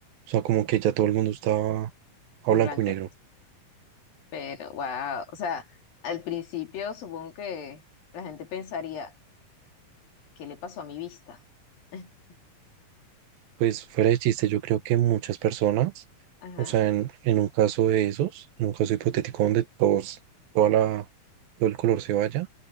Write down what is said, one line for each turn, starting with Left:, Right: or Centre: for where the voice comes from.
Right: o sea, como que ya todo el mundo estaba a
Left: En
Right: blanco
Left: blanco
Right: y negro.
Left: y negro. Pero, wow. O sea, al principio supongo que la gente pensaría, ¿qué le pasó a mi vista? <laughs>
Right: Pues fuera de chiste, yo creo que muchas personas,
Left: Ajá.
Right: o sea, en, en un caso de esos, en un caso hipotético donde todos, toda la, todo el color se vaya,